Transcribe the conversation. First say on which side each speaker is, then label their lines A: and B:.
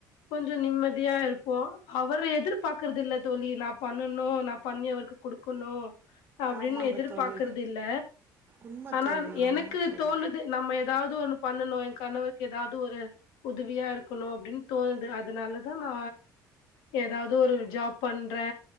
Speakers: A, on the left; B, on the right.
A: கொஞ்சம் நிம்மதியா இருப்போம் அவரு எதிர்பார்க்கறது இல்ல தோழி நான் பண்ணணும் நான் பண்ணி அவருக்கு கொடுக்கணும் அப்டின்
B: ஆமாங்க
A: எதிர்பாக்குறது
B: தோழி
A: இல்ல
B: உண்மை
A: ஆனா
B: தோழி
A: எனக்கு
B: உண்மை தோழி
A: தோணுது நம்ம ஏதாவது ஒன்னுப் பண்ணணு ஏன் கணவக்கு எதாது து ஒரு உதவியா இருக்கணு அப்டின் தோணுது அதனாலதா நா எதாது ஒரு ஜாப் பண்றே